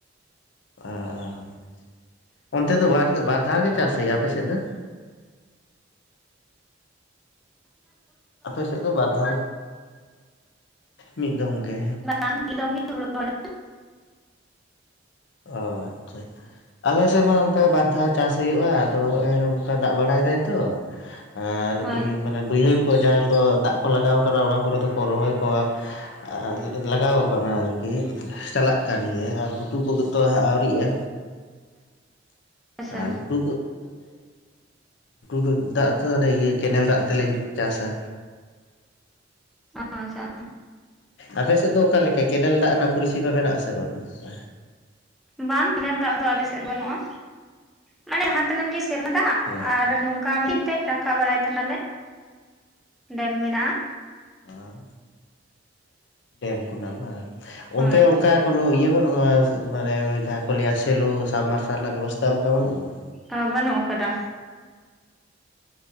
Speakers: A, on the left; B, in the centre.
A: <unintelligible> ᱚᱱᱛᱮ ᱫᱚ ᱵᱟᱨ ᱵᱟᱨ ᱫᱷᱟᱣ ᱜᱮ ᱪᱟᱥ ᱦᱩᱭᱩᱜᱼᱟ ᱟᱯᱮᱥᱮᱫ ᱫᱚ᱾ ᱟᱯᱮ ᱥᱮᱫ ᱫᱚ ᱵᱟᱨ ᱫᱷᱟᱣ ᱢᱤᱫ ᱫᱚᱢ ᱜᱮ᱾
B: ᱵᱟᱝ ᱢᱤᱫ ᱫᱚᱢ ᱜᱮ ᱦᱩᱲᱩ ᱨᱚᱦᱚᱭ ᱫᱚ᱾
A: ᱟ ᱟᱪᱪᱷᱟ᱾ ᱟᱞᱮ ᱥᱮᱫ ᱢᱟ ᱚᱱᱠᱟ ᱵᱟᱨ ᱫᱷᱟᱣ ᱪᱟᱥ ᱦᱩᱭᱩᱜᱼᱟ ᱟᱫᱚ ᱚᱱᱠᱟ ᱫᱟᱜ ᱵᱟᱲᱟᱭ ᱫᱟᱭ ᱛᱚ᱾ ᱟᱨ
B: ᱦᱳᱭ
A: ᱢᱟᱱᱮ ᱵᱟᱹᱭᱦᱟᱹᱲ ᱠᱚ ᱡᱟᱦᱟᱸᱠᱚ ᱫᱟᱜ ᱠᱚ ᱞᱟᱜᱟᱣ ᱠᱟᱱᱟ ᱚᱱᱟ ᱠᱚ ᱨᱮ ᱫᱚᱠᱚ ᱨᱚᱦᱚᱭ ᱠᱚᱣᱟ᱾ ᱟ ᱞᱟᱜᱟᱣ ᱠᱟᱱᱟ ᱟᱨᱠᱤ ᱪᱟᱞᱟᱜ ᱠᱟᱱ ᱜᱮ ᱟᱨ ᱜᱷᱩᱴᱩ ᱠᱚ ᱛᱚ ᱦᱟᱜ ᱟᱹᱣᱨᱤᱜᱼᱟ
B: ᱟᱪᱪᱷᱟ
A: ᱟᱨ <unintelligible> ᱜᱷᱩᱴᱩ ᱠᱚ ᱫᱚ ᱟᱫᱚ ᱤᱭᱟᱹ ᱠᱮᱱᱮᱞ ᱫᱟᱜ ᱛᱮᱞᱮᱧ ᱪᱟᱥᱟ᱾
B: <unintelligible>
A: ᱟᱯᱮ ᱥᱮᱫ ᱫᱚ ᱚᱠᱟᱞᱮᱠᱟ ᱠᱮᱱᱮᱞ ᱫᱟᱜ ᱨᱮᱱᱟᱜ ᱯᱚᱨᱤᱥᱮᱵᱟ ᱢᱮᱱᱟᱜ ᱟᱥᱮ ᱵᱟᱹᱱᱩᱜ-ᱟ᱾
B: ᱵᱟᱝ ᱠᱮᱱᱮᱞ ᱫᱟᱜ ᱫᱚ ᱟᱞᱮᱥᱮᱫ ᱵᱟᱹᱱᱩᱜᱼᱟ ᱢᱟᱱᱮ ᱦᱟᱛᱮᱱᱟᱝ ᱜᱮ ᱥᱮᱨᱢᱟ ᱫᱟᱜ᱾
A: ᱦᱳᱭ
B: ᱟᱨ ᱱᱚᱝᱠᱟ ᱢᱤᱫᱤᱱ ᱛᱮ ᱨᱟᱠᱟᱵ ᱵᱟᱲᱟᱭ ᱛᱟᱦᱮᱱᱟ ᱞᱮ ᱰᱮᱢ ᱢᱮᱱᱟᱜᱼᱟ᱾
A: ᱟᱨ᱾ ᱰᱮᱢ ᱠᱷᱚᱱᱟᱜ ᱵᱟᱝ
B: ᱦᱳᱭ
A: ᱚᱱᱛᱮ ᱚᱝᱠᱟ ᱠᱚᱱᱳ ᱤᱭᱟᱹ ᱵᱟᱹᱱᱩᱜᱼᱟ ᱢᱟᱱᱮ ᱡᱟᱦᱟᱸ ᱠᱚ ᱞᱟᱹᱭᱟ ᱥᱮᱞᱚ ᱥᱟᱵᱢᱟᱨᱥᱟᱞ ᱨᱮᱱᱟᱜ ᱵᱮᱵᱚᱥᱛᱟ ᱚᱱᱠᱟ ᱵᱟᱹᱱᱩᱜᱼᱟ᱾
B: ᱟ ᱵᱟᱹᱱᱩᱜ ᱟᱠᱟᱫᱟ᱾